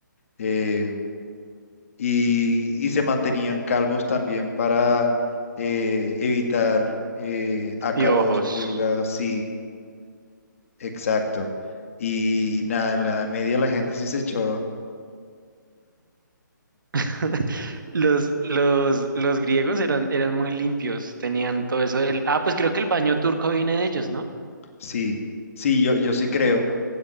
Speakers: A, on the left; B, on the right.
A: eh, y, y se mantenían calvos también para eh, evitar eh, ácaros,
B: y ojos.
A: pulgas, sí. Exacto. Y nada, en la Edad Media la gente sí se echó,
B: <laughs> Los, los, los griegos eran, eran muy limpios, tenían todo eso del... Ah, pues creo que el baño turco viene de ellos, ¿no?
A: sí, sí, yo, yo sí creo,